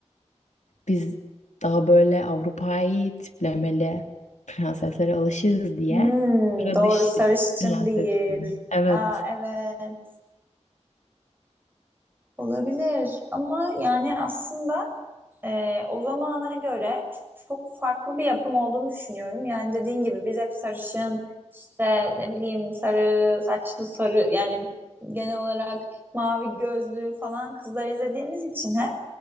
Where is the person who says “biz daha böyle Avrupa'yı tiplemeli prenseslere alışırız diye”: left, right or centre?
Left